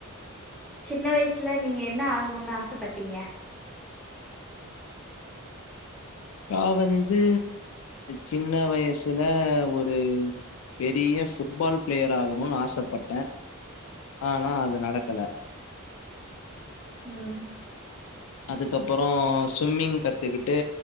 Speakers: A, in the centre; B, on the left.
A: சின்ன வயசில்ல நீங்க என்ன ஆகணும்ன்னு ஆசப்பட்டீங்க
B: நா வந்து சின்ன வயசுல ஒரு பெரிய ஃபுட்பால் பிளேயர் ஆகணும்ன்னு ஆசப்பட்டேன் ஆனா அது நடக்கல
A: உம்
B: அதுக்கப்புறம் சுவிம்மிங் கத்துக்கிட்டு